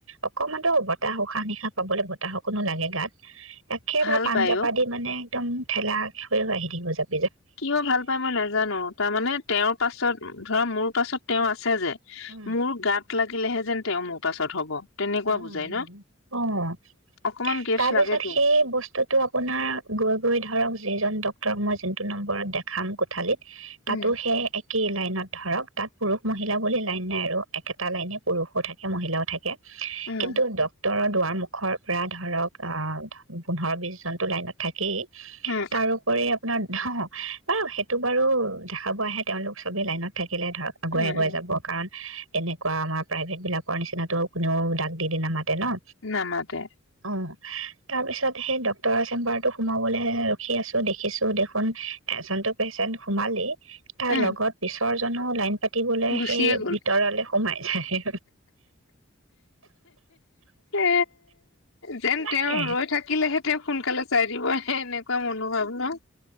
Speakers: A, on the right; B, on the left.
A: অকমানতো বতাহ উশাহ নিশাহ খাবলৈ বতাহ অকনো লাগে গাত একেবাৰে,
B: ভাল
A: পান-
B: পায়
A: জাপা
B: অ
A: দি মানে, একদম ঠেলা হৈ হৈ আহি থাকিব যাত
B: কিয় ভাল পাই মই নাজানো, তাৰমানে তেওঁৰ পাছত ধৰা মোৰ, তছত তেওঁ আ, '- চেযে
A: উম
B: মোৰ গাত লাগিলেহে যেন তেওঁ মোৰ পাছত হ'ব তেনেকুৱা
A: উম্
B: বুজাই ন
A: ', -অ',
B: অকমান গেপছ
A: তাৰপিছত
B: লাগেতো
A: সেই বস্তুতটো আপোনাৰ গৈ -গৈ ধৰক, যিজন ডক্তৰক মই', নম্বৰত দেখাম কোঠালিত। তাতো
B: উম
A: সে এক কি লাইনত ধৰক তাত পুৰুষ মহিলা বুলি লাইন নাই আৰু একেটা লাইনে পুৰুষও থাকে মহিলাও থাকে
B: উম
A: কিন্তু ডক্টৰত দুৱাৰ- মুখৰ পৰা ধৰক পোন্ধৰ- বিছ জনটো লাইনত থাকেই।
B: উম
A: তাৰোপৰি আপোনাৰ <unintelligible> বাৰু সেইটো বাৰু দেখাব আহে তেওঁলোক চবেই লাইনত থা হিলে ধৰক আগুৱাই
B: উম
A: আগুৱাই
B: উম
A: যাব কাৰণ তেনেকুৱা আমাৰ প্ৰাইভেট বিলাকৰ নিচিনাটো কোনেও দাগ দি দি নামাত- নহ,
B: নামাতে
A: অহ। তাৰ পিছত সেই ডক্তৰৰ চেম্বাৰটো সোমাবলৈ ৰখি আছো দেখিছো দেখোন এ চনটো পেচেন্ট সোমালেই তাৰ
B: উম
A: লগত পিছৰ <unintelligible> লাইন পাতিবলে
B: গুচিয়ে
A: সেই
B: গ'ল
A: ভিতৰলে সোমাই যায়।
B: এ যেন
A: তাকে
B: তেওঁ ৰৈ থাকিলেহে তেওঁক সোনকালে চাই দিব হে এনেকুৱা মনোভাৱ ন?